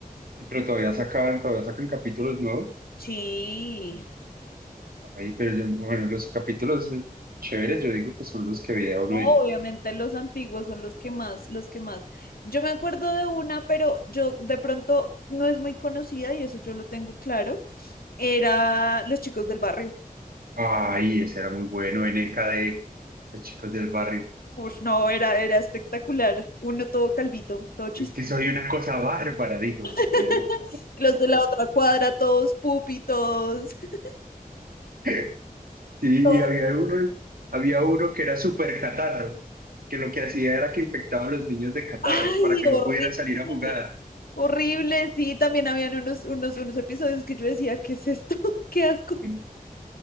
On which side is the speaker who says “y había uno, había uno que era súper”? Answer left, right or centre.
Right